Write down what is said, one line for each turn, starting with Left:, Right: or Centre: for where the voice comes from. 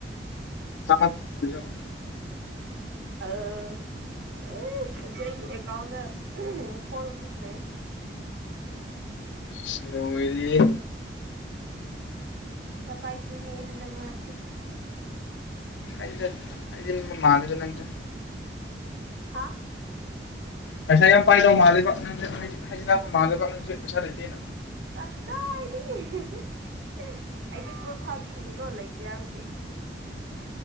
Left: <inaudible>
Right: ꯑꯥ ꯑꯦ ꯍꯧꯖꯤꯛ ꯑꯩꯒꯤ ꯑꯦꯀꯥꯎꯟꯗ ꯐꯣꯔ ꯔꯨꯄꯤꯁ ꯂꯩꯌꯦ
Left: ꯑꯁ ꯂꯣꯏꯔꯤꯌꯦ
Right: ꯄꯩꯁꯥ ꯄꯥꯏꯇꯦꯅꯦ ꯍꯟꯗꯛ ꯃꯔꯛꯁꯦ
Left: ꯑꯦ ꯑꯦ ꯍꯥꯏꯖꯤꯟꯕ ꯃꯥꯜꯂꯦꯗ ꯅꯪꯁꯦ
Right: ꯍꯥ
Left: ꯄꯩꯁꯥ ꯌꯥꯝ ꯄꯥꯏꯗꯕ ꯃꯥꯜꯂꯦꯕ ꯅꯪꯁꯨ ꯍꯥꯏꯖꯤꯟꯅꯕ ꯃꯥꯜꯂꯦꯕ ꯅꯪꯁꯨꯦ ꯄꯩꯁꯥ ꯂꯩꯇꯦꯅ
Right: ꯀꯗꯥꯏꯗꯤ ꯑꯩꯗꯤ ꯄ꯭ꯔꯨꯞ ꯊꯥꯕꯤꯒꯅꯤ ꯀꯣ ꯂꯩꯇꯦ ꯍꯥꯏꯕꯒꯤ